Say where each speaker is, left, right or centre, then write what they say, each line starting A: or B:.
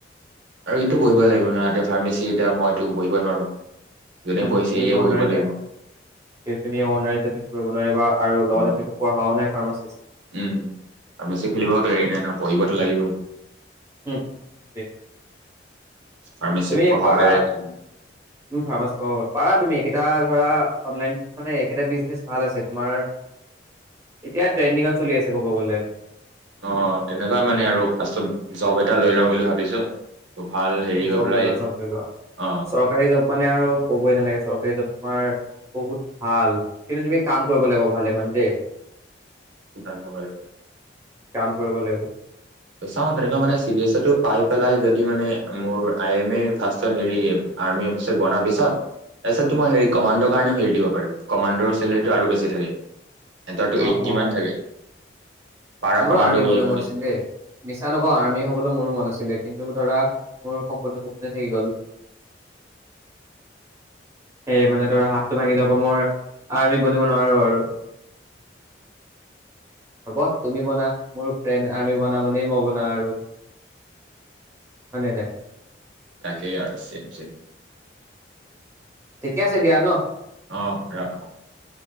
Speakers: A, on the right; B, on the right.
A: আৰু এইটো বহিব লাগিব নহয় এতিয়া ফাৰ্মেচী এতিয়া মইতো বহিব নোৱাৰো। যোনে
B: উ
A: পঢ়িছে
B: তুমি
A: ইয়ে
B: অনাৰ
A: বহিব লাগিব
B: তুমি অনাৰ তুমি কৰিব নোৱাৰিবা আৰু লগতে
A: অ
B: তুমি পঢ়াও নাই ফাৰ্মাচিষ্ট
A: উম ফাৰ্মাচী খুলিবওতো হেৰি নাই ন পঢ়িবতো লাগিবই
B: উম উম
A: ফাৰ্মাচী
B: তুমি
A: পঢ়াও
B: পাৰা
A: বেলেগ
B: ফাৰ্মাচ পাব। পাৰা তুমি এইেইটা ধৰা অনলাইন মানে এইটা বিজনেচ ভাল আছে। তোমাৰ এতিয়া ট্ৰেণ্ডিঙত চলি আছে কব গ'লে।
A: অ' তেনেকুৱাই মানে আৰু ফাৰ্ষ্টত জব এটা লৈ লওঁ বুলি ভাবিছো ত ভাল হেৰি
B: উ
A: হৈ
B: জব
A: পেলাই
B: লৈ লোৱা জব লৈ লোৱা
A: অ
B: চৰকাৰী জব মানে আৰু কবই নালাগে। চৰকাৰী জব তোমাৰ বহুত ভাল কিন্তু তুমি কাম কৰিব লাগিব ভালে মানে দেই।
A: উম জানো বাৰু
B: কাম কৰিব লাগিব।
A: চাওঁ তেনেকুৱা মানে চিৰিছটো পাই পেলাই যদি মানে মোৰ আই এম এ ফাৰ্ষত হেৰি আৰ্মি অফিচাৰ বনা পিছত তাৰপিছত
B: উম,
A: তোমাৰ হেৰি কমাণ্ডৰ কাৰণেও হেৰি দিব পাৰে। কমাণ্ডৰ চেললেৰীটো আৰু বেছি থাকে। এ সেতৰ তো
B: অ',
A: এইট্টি
B: অ',
A: মান থাকে। পাৰা
B: মোৰো
A: কমাণ্ড
B: আৰ্মি
A: বুলি
B: বনিব
A: মানে
B: মন আছিল দেই। মিছা নকওঁ আৰ্মি হবলৈ মোৰো মন আছিলে কিন্তু ধৰা মোৰ সপোনটো সপোনে থাকি গল এই মানে ধৰা হাতটো ভাঙি যাব মই আৰ্মি বনিব নোৱাৰো আৰু হ'ব তুমি বনা মোৰ ফ্ৰেণ্ড আৰ্মি বনা মানেই মই বনা আৰু হয় নে নাই?
A: তাকেই আৰু চিম চিম
B: ঠিকে আছে দিয়া ন
A: অ' ৰাখো